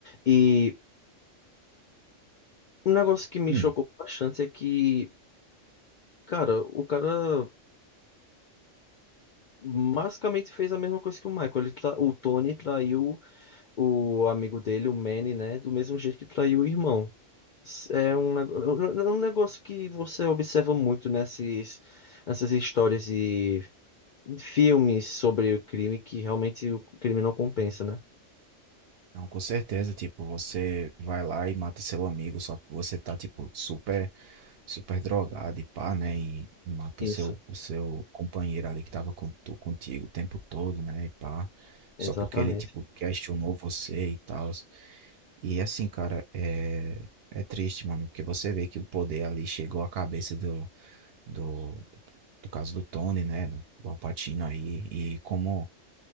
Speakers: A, on the left; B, on the right.
A: E um negócio que me
B: Hum,
A: chocou bastante é que, cara, o cara basicamente fez a mesma coisa que o Michael. Ele tra- O Tony traiu o amigo dele, o Manny, né? Do mesmo jeito que traiu o irmão. É um, nego- é um é um negócio que você observa muito nessas, nessas histórias e filmes sobre o crime que realmente o crime não compensa, né?
B: não, com certeza, tipo, você vai lá e mata seu amigo, só que você tá, tipo, super, super drogado e pá, né? E mata
A: Isso,
B: o seu, o seu companheiro ali que tava com, tu- contigo o tempo todo, né? E pá.
A: exatamente.
B: Só porque ele, tipo, questionou você e tal. E assim, cara, é, é triste, mano, porque você vê que o poder ali chegou à cabeça do, do, do caso do Tony, né, do, do Al Pacino aí, e como